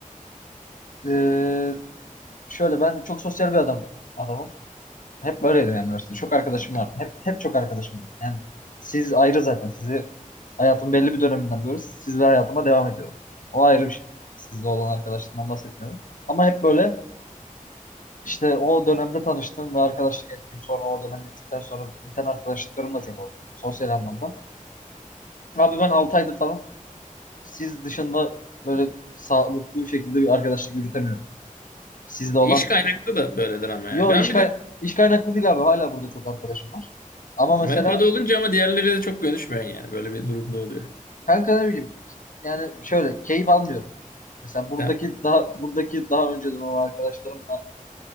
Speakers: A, on the left; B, on the left.
A: eee, şöyle ben çok sosyal bir adam adamım. Hep böyleydim benim üniversitede. Çok arkadaşım vardı. Hep hep çok arkadaşım vardı. Yani siz ayrı zaten. Sizi hayatın belli bir döneminden böyle sizle hayatıma devam ediyorum. O ayrı bir şey. Sizle olan arkadaşlığından bahsetmiyorum. Ama hep böyle işte o dönemde tanıştım ve arkadaşlık ettim. Sonra o dönem bittikten sonra biten arkadaşlıklarım da çok oldu. Sosyal anlamda. Abi ben 6 aydır falan siz dışında böyle sağlıklı bir şekilde bir arkadaşlık yürütemiyorum. Sizle olan...
B: İş kaynaklı da böyledir ama
A: Yo
B: ya. Ben
A: iş,
B: bir
A: kay-
B: de
A: iş kaynaklı değil abi. Hala burada çok arkadaşım var. Ama mesela
B: manitada olunca ama diğerleri de çok görüşmüyorsun yani. Böyle bir durumda oluyor.
A: Kanka ne bileyim yani şöyle keyif almıyorum. Mesela buradaki
B: Ha.
A: daha buradaki daha önceden olan arkadaşlarımla